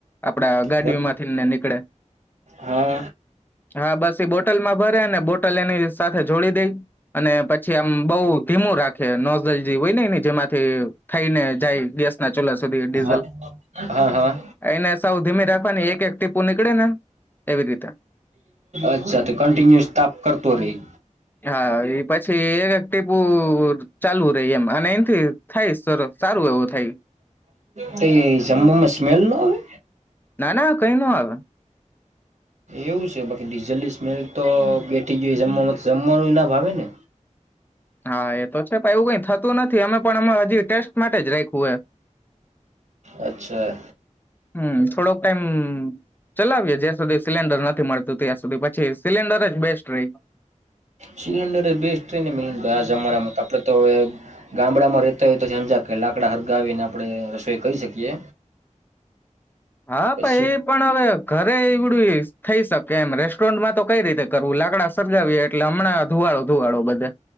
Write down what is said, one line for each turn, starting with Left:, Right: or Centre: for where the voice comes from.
Left: આપડા ગાડી
Right: બર
Left: માથી નીકદે
Right: હા
Left: હા બસ બોતલ મા ભરે ને બોટલ. કલીયાણી એની સાથે જોડી દઈ અને પછી. છે આમ બઉુ ધીમું રાખે નો દલ જે હોય એની જેમાંથી થઈને જાય ગેસ ના ચોલા સુધી ડીઝલ
Right: હા
Left: એને
Right: હા હા
Left: સાવ ધીમી રાખવાની એક એક ટીપુની એવી રીતે
Right: અચ્છા તો કંન્ટિન્યુઅસ તાપ કરતો રહી
Left: હા એ પછી એક ટીપુ ચાલુ રહી એમ અને એથી થાય સારું એવું થાય
Right: તો એ જમમાં સ્મેલ ન આવે
Left: ના ના કઈ ન આવે
Right: એવું છે બાકી ડીઝલની સ્મેલ તો બે જમવા જમવાનું ભાવેને
Left: હા એ તો છે ભ એવું કઈ થતું નથી અમે પણ અ હજી ટેસ્ટ માટે જ રાખવું હોય
Right: અચ્છા
Left: હમ થોડોક ટાઈમ ચલાવીએ જ્યાં સુધી સિલિન્ડર નથી મડતુ તયા સુધી પછી સિલિન્ડર જ બેસ્ટ રહી
Right: સિલન્ડર બેસ્ટ ટ્રેને મ આજ અમારામાં આપડ તો હ ગામડામાં રેતા હોય તો સમજ લાકડા હરગાવીને આપણે રસોઈ કરી શકીએ
Left: હા
Right: પછી
Left: ભાઈ એ પણ હવે ઘરે વડવી થઈ શકે એમ રેસ્ટોરન્ટમાં તો કઈ રીતે કરવું લાકડા સગાવીએ એટલે હમણાં ધુવાડો ધુવાળો બધે